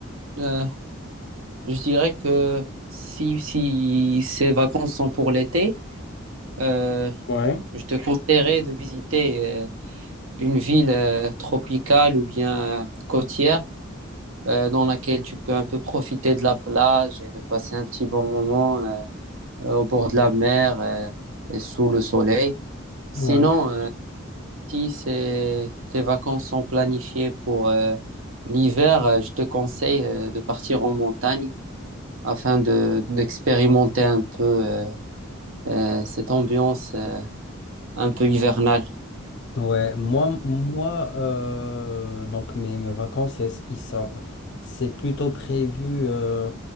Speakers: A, on the right; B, on the left.
A: euh, je dirais que si, si ces vacances sont pour l'été, euh,
B: Ouais,
A: je te conseillerais de visiter euh, une ville euh, tropicale ou bien euh, côtière euh, dans laquelle tu peux un peu profiter de la plage et de passer un petit bon moment euh, euh, au bord de la mer euh, et sous le soleil. Sinon,
B: ouais.
A: euh, si c'est- tes vacances sont planifiées pour euh, l'hiver, euh, je te conseille euh, de partir en montagne. afin de d'expérimenter un peu euh, euh, cette ambiance euh, un peu hivernale.
B: Ouais, moi, moi euh, donc mes, mes vacances, elles- ils sont, c'est plutôt prévu euh,